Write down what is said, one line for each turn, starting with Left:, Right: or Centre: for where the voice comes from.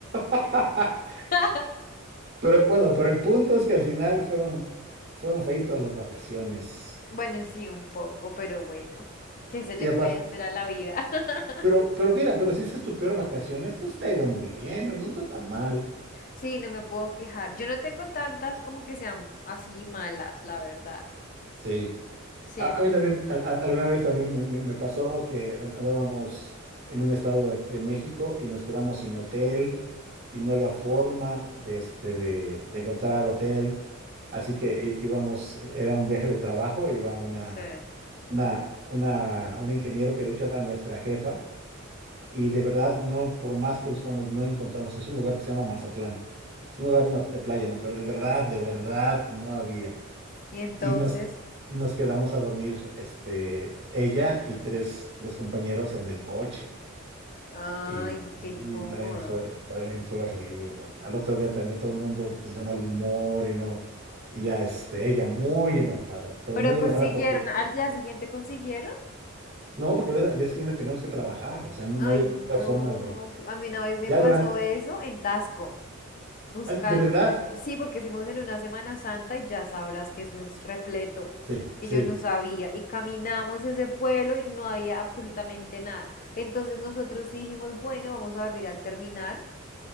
Right: <laughs>
Left: <laughs>
Right: Pero bueno, pero el punto es que al final fueron, fueron feitas las vacaciones.
Left: Bueno, sí, un poco, pero bueno, ¿qué se le
Right: Y aparte,
Left: puede hacer a la vida? <laughs>
Right: Pero, pero mira, pero si esa es tu peor vacación, esto sí te ha ido muy bien, no no está tan mal.
Left: Sí, no me puedo quejar. Yo no tengo tantas como que sean así malas, la verdad.
Right: Sí.
Left: Sí,
Right: A,
Left: entonces
Right: a mí también,
Left: no
Right: a-
Left: me
Right: a-
Left: quejo.
Right: alguna vez también me, me- me pasó que an- andábamos en un estado de, de México y nos quedamos sin hotel y no había forma de, este, de, de encontrar hotel. Así que í- íbamos, era un viaje de trabajo, iba una,
Left: Sí.
Right: una, una, un ingeniero que de hecho era nuestra jefa. Y de verdad, no, por más que buscamos, no encontramos. Es un lugar que se llama Mazatlán. Es un lugar una- de playa, ¿no? Pero de verdad, de verdad, no había.
Left: Y entonces,
Right: Y nos, y nos quedamos a dormir, este, ella y tres, tres compañeros en el coche.
Left: ay,
Right: Y, y
Left: qué incómodo.
Right: también fue, también fue horrible también. Al otro día también todo el mundo, pues, de mal humor y no. Y ya, este, ella muy enojada, pero
Left: Pero
Right: muy
Left: consiguieron,
Right: enojada porque,
Left: al día siguiente consiguieron.
Right: no, porque al día siguiente tenemos que trabajar. O sea, no,
Left: Ay,
Right: no había
Left: no.
Right: forma de,
Left: que- A mí una vez me
Right: ya
Left: pasó
Right: durante,
Left: eso en Tasco. buscando.
Right: de verdad.
Left: Sí, porque fuimos en una Semana Santa y ya sabrás que eso es repleto.
Right: Sí,
Left: Y
Right: sí.
Left: yo no sabía. Y caminamos ese pueblo y no había absolutamente nada. Entonces nosotros sí dijimos, bueno, vamos a dormir al terminal